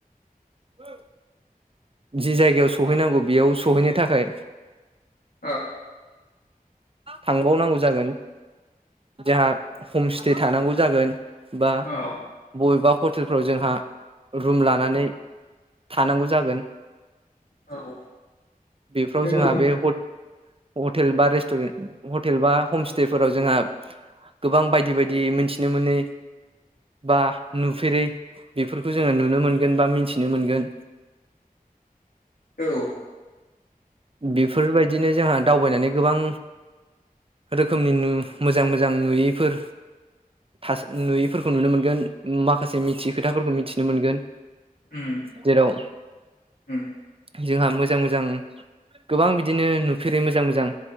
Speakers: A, on the right; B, on the left.
A: <inaudible> जि जायगायाव सौहैनांगौ बेयाव सहैनो थाखाय
B: औ
A: थांबावनांगौ जागोन जोंहा हमस्टे थानांगौ जागोन बा
B: औ
A: बबेबा हटेलफ्राव जोंहा रुम लानानै थानांगौ जागोन
B: औ
A: बेफ्राव
B: नंगौ
A: जोंहा
B: नोंथां
A: बे हट हटेल बा रेस <unintelligible> हटेल बा हमस्टे फोराव जोंहा गोबां बायदि बायदि मोनथिनो मोनै बा नुफेरै बेफोरखौ जोङो नुनो मोनगोन बा मिथिनो मोनगोन
B: औ
A: बेफोरबायदिनो जोंहा दावबायनानै गोबां रोखोमनि नु मोजां मोजां नुयैफोर थास नुयैफोरखौ नुनो मोनगोन माखासे मिथि खोथाफोरखौ मिथिनो मोनगोन
B: उम
A: जेराव
B: उम
A: जोंहा मोजां मोजां गोबां बिदिनो नुफेरै मोजां मोजां